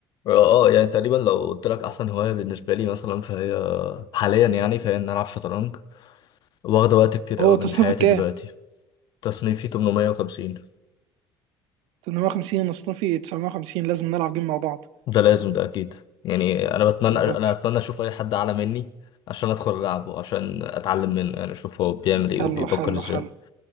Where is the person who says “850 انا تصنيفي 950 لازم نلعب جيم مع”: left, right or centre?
Right